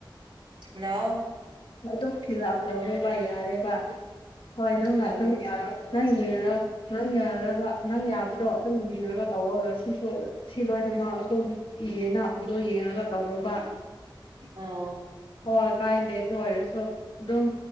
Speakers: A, on the right; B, on the left.
A: ꯍꯜꯂꯣ
B: ꯑꯗꯨꯝ ꯐꯤꯜ ꯑꯞ ꯇꯧꯔꯦꯕ ꯌꯥꯔꯦꯕ ꯍꯣꯏ ꯅꯪꯅ
A: ꯎꯝ
B: ꯑꯗꯨꯝ ꯅꯪꯉ ꯅꯪ ꯌꯥꯔꯒ ꯅꯪ ꯌꯥꯕꯗꯣ ꯑꯗꯨꯝ ꯌꯦꯡꯉꯒ ꯇꯧꯔꯔꯁꯤ ꯁꯤꯁꯨ ꯁꯤ ꯂꯣꯏꯅꯃꯛ ꯑꯗꯨꯝ ꯏꯌꯦꯅ ꯑꯗꯨ ꯌꯦꯡꯉꯒ ꯇꯧꯔꯒ
A: ꯑ
B: ꯍꯣꯏ ꯀꯥꯏꯗꯦ ꯑꯗꯨ ꯑꯣꯏꯔꯁꯨ ꯑꯗꯨꯝ